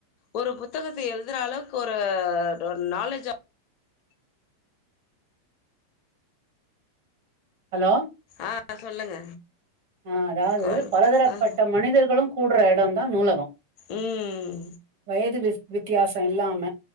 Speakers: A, on the left (about 40°); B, on the right (about 50°).
A: ஒரு புத்தகத்த எழுதுற அளவுக் ஒரு த நாலேஜா
B: ஹலோ
A: ஆ சொல்லுங்க
B: ஆ அதாது
A: கால்
B: பலதரப்பட்ட
A: ஆ
B: மனிதர்களு கூடுற எடந்தா நூலகோ
A: ம்
B: வயது விஸ் வித்தியாசொ இல்லாம